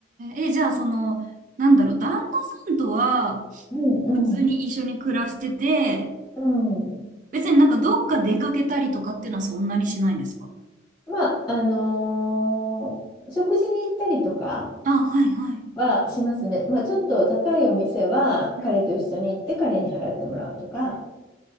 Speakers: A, on the right; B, on the left.
A: え。え、じゃあ、その、なんだろう、旦那さんとは、
B: うんうん
A: 普通に一緒に暮らしてて、
B: うん
A: 別になんかどっか出かけたりとかっていうのはそんなにしないんですか
B: まああのー食事に行ったりとか
A: あ、はいはい。
B: はしますね。まあちょっと高いお店は彼と一緒に行って彼に払ってもらうとか。
A: うん。